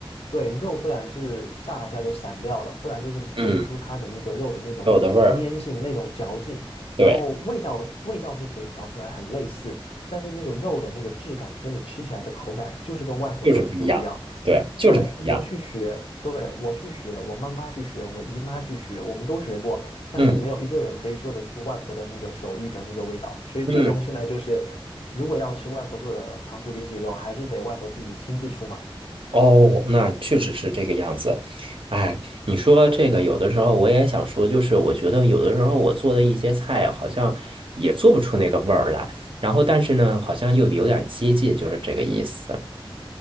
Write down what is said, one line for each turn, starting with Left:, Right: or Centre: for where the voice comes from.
Left: 对，肉不然是炸一下就散掉了，不然就是做不出它的那个肉的那种粘性、
Right: 嗯，肉的味儿，
Left: 那种嚼劲。
Right: 对，
Left: 然后味道味道是可以调出来很类似，但是那个肉的那个质感跟你吃起来的口感就是跟外婆做的不一样。
Right: 就是不一样，对，就是不一样，
Left: 对，我去学，对，我去学，我妈妈去学，我姨妈去学，我们都学过，但是没有一个人可以做得出外婆的那个手艺的那个味道。
Right: 嗯
Left: 所以最终现在就是，
Right: 嗯，
Left: 如果要吃外婆做的糖醋里脊肉，还是得外婆自己亲自出马。
Right: 哦，那确实是这个样子，哎，你说这个有的时候我也想说，就是我觉得有的时候我做的一些菜好像也做不出那个味儿来，然后但是呢，好像又有点接近，就是这个意思。